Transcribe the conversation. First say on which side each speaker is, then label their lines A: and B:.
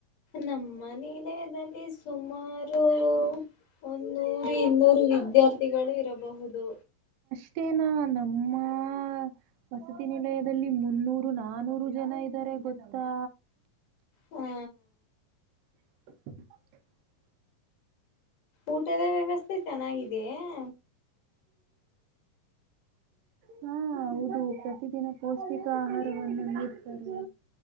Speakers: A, on the left; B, on the right.
A: ನಮ್ಮ ಮನೆಯದಲ್ಲಿ ಸುಮಾರು ಒನ್ನೂರು ಇನ್ನೂರು ವಿದ್ಯಾರ್ಥಿಗಳು ಇರಬಹುದು.
B: <unintelligible> ನಮ್ಮ ಹಾ ವಸತಿ ನಿಲಯದಲ್ಲಿ ಮುನ್ನೂ ನೂರು ನಾನೂರು ಜನ ಇದ್ದಾರೆ ಗೊತ್ತಾ.
A: ಹಾ
B: <inaudible>
A: ಊಟದ ವ್ಯವಸ್ಥೆ ಚೆನ್ನಾಗಿದೆಯೇ. <inaudible>
B: ಹಾ ಹೌದು ಪ್ರತಿದಿನ ಪೌಷ್ಟಿಕ ಆಹಾರವನ್ನು ನೀಡ್ತಾರೆ.